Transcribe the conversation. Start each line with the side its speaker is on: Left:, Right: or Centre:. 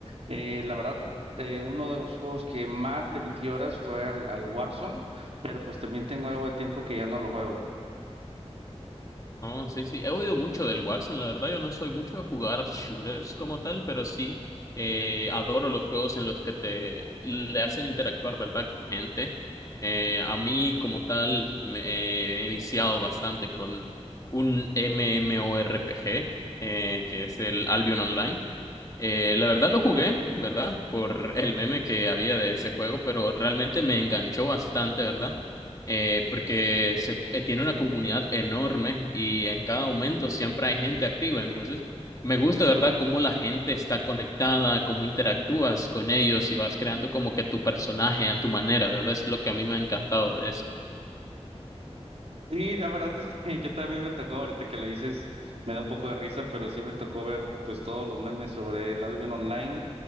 Right: Eh, la verdad, eh, uno de los juegos que más le metí horas fue al, al Warzone, pero pues también tengo algo de tiempo que ya no lo juego.
Left: oh sí, sí, he oído mucho del Warzone, la verdad yo no soy mucho de jugar shooters como tal, pero sí eh, adoro los juegos en los que te le hacen interactuar, ¿verdad?, con gente. Eh, a mí como tal me eh, he viciado bastante con un MMORPG, eh, que es el Albion Online. Eh, la verdad lo jugué, ¿verdad? Por el meme que había de ese juego, pero realmente me enganchó bastante, ¿verdad? Eh, porque se, eh, tiene una comunidad enorme y en cada momento siempre hay gente activa, entonces me gusta, ¿verdad? Cómo la gente está conectada, cómo interactúas con ellos y vas creando como que tu personaje a tu manera, ¿verdad? Es lo que a mí me ha encantado de eso.
Right: Sí, la verdad es que <laughs> yo también me tocó, ahorita que lo dices, me da un poco de risa, pero sí me tocó ver, pues, todos los memes sobre el Albion Online